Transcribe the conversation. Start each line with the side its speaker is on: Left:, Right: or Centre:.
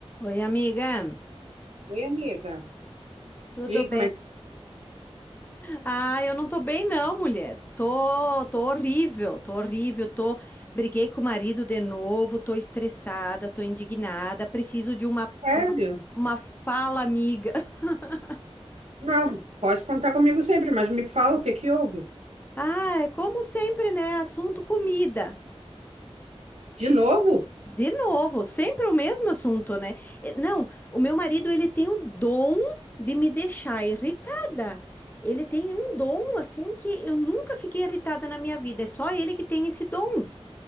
Left: Oi, amiga.
Right: Oi, amiga.
Left: Tudo
Right: E aí,
Left: bem?
Right: como é que...
Left: Ah, eu não tô bem não, mulher. Tô, tô horrível, tô horrível, tô briguei com o marido de novo, tô estressada, tô indignada, preciso de uma
Right: Sério?
Left: uma, uma fala amiga. <laughs>
Right: Não, pode contar comigo sempre, mas me fala o que que houve.
Left: Ah, é como sempre, né? Assunto comida.
Right: De novo?
Left: De novo, sempre o mesmo assunto, né? Eh, Não, o meu marido, ele tem o dom de me deixar irritada. Ele tem um dom assim que eu nunca fiquei irritada na minha vida. É só ele que tem esse dom.